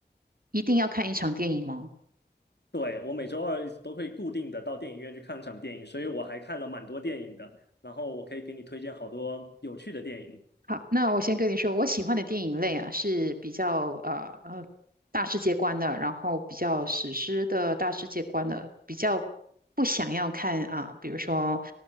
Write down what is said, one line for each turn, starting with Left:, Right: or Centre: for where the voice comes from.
Right: 一定要看一场电影吗？
Left: 对，我每周二都会固定的到电影院去看场电影，所以我还看了蛮多电影的。然后我可以给你推荐好多有趣的电影。
Right: 好，那我先跟你说，我喜欢的电影类啊是比较呃呃大世界观的，然后比较史诗的大世界观的，比较不想要看啊，比如说